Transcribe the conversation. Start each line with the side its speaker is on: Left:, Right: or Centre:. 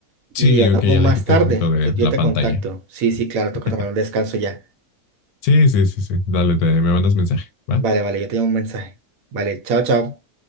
Right: y
Left: sí,
Right: hablamos
Left: ok,
Right: más
Left: aléjate
Right: tarde.
Left: un poquito de
Right: Yo, yo
Left: la
Right: te
Left: pantalla.
Right: contacto. Sí, sí, claro,
Left: <laughs>
Right: toca tomar un descanso ya.
Left: Sí, sí, sí, sí. Dale, te, me mandas mensaje, ¿va?
Right: Vale, vale, yo te doy un mensaje. Vale, chao, chao.